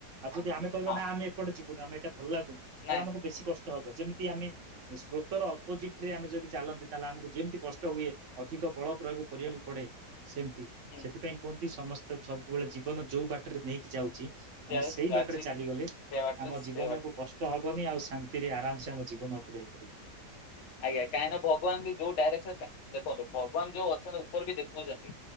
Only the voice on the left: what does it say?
ହଁ
ନାଇଁ
ନାଇଁ
ହୁଁ
ହୁଁ।
ଯାଉଛି
ସେ ବାଟରେ
ସେ
ବାଟ
ଆଜ୍ଞା କାହିଁକ ଭଗବାନ ବି ଯଉ ଡାଇରେ ଭଗବାନ ଯୋଉ ଅଛନ୍ତି ଉପର ବି ଦେଖୁଛନ୍ତି